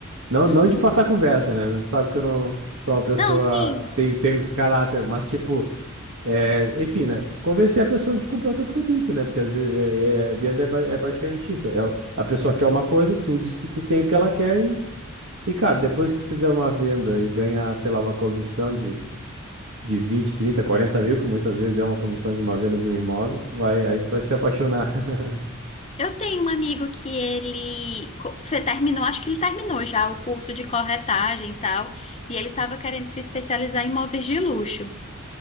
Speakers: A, on the right (about 60°); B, on the left (about 30°).
A: Não,
B: Uhum.
A: não de passar conversa, né? Tu sabe que eu não sou uma pessoa
B: Não, sim.
A: que tem ter caráter, mas tipo. É, enfim, né? Convencer a pessoa de comprar o teu produto, né? Porque às vezes é, é- a venda é, ba- é praticamente isso. É, o- a pessoa quer uma coisa, tu diz que tu tem o que ela quer e, e, cara, depois que tu fizer uma venda e ganhar, sei lá, uma comissão de, de vinte trinta quarenta mil, que muitas vezes é uma comissão de uma venda de um imóvel, tu vai, aí tu vai se apaixonar. <laughs>
B: Eu tenho um amigo que ele co- fe- terminou, acho que ele terminou já o curso de corretagem e tal, e ele tava querendo se especializar em imóveis de luxo.